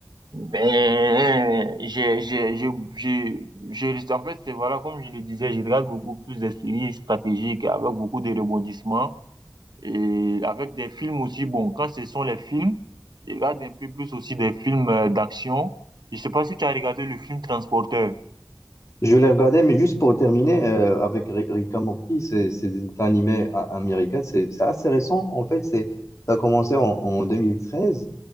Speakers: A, on the right; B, on the left.
A: Ben, j'ai, j'ai, je, je, je, en fait, voilà, comme je le disais, je regarde beaucoup plus des séries stratégiques avec beaucoup de rebondissements et avec des films aussi. Bon, quand ce sont les films, je regarde un peu plus aussi des films euh, d'action. Je sais pas si tu as regardé le film Transporteur.
B: Je l'ai regardé, mais juste pour terminer, euh, avec Ri- Rick and Morty, c'est c'est des dessins animés a- américains, c'est c'est assez récent, en fait, c'est, ça a commencé en, en 2013,